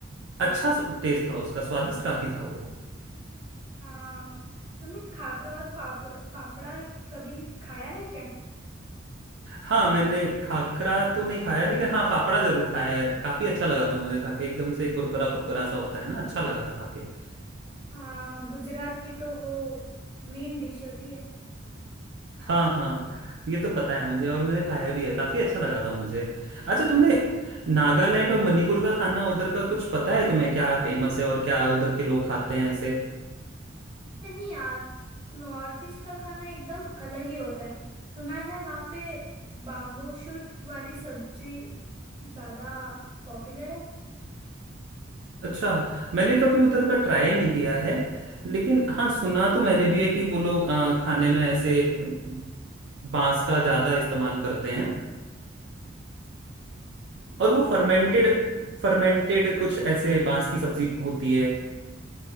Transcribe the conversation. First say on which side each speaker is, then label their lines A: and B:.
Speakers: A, on the right; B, on the right.
A: अच्छा टेस्ट था उसका स्वादिष्ट काफी था वो
B: हाँ तुमने खाकरा और फाफड़ फाफड़ा कभी खाया है क्या
A: हाँ मैंने खाकरा तो नहीं खाया लेकिन हाँ फाफड़ा जरूर खाया है काफी अच्छा लगा था मुझे खाके एकदम से कुरकुरा कुरकुरा सा होता है ना अच्छा लगा था खाके
B: हाँ गुजरात की तो वो मेन डिश होती है
A: हाँ हाँ ये तो पता है मुझे और मैंने खाया भी है काफी अच्छा लगा था मुझे अच्छा तुमने नागालैंड और मणिपुर का खाना उधर का कुछ पता है तुम्हें क्या फेमस है और क्या उधर के लोग खाते हैं ऐसे
B: नहीं यार नॉर्थ ईस्ट का खाना एकदम अलग ही होता है सुना है वहाँ पे बाम्बू शूट वाली सब्जी ज्यादा पॉपुलर है
A: अच्छा मैंने कभी उधर का ट्राई नहीं किया है लेकिन हाँ सुना तो मैंने भी है कि वो लोग अ, खाने में ऐसे अ, बांस का ज्यादा इस्तेमाल करते हैं और वो
B: हाँ
A: फर्मेंटेड फर्मेंटेड कुछ ऐसे बांस की सब्जी होती है